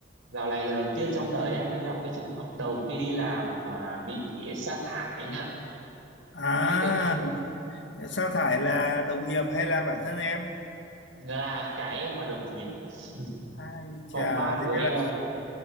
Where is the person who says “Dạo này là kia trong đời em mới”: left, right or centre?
Right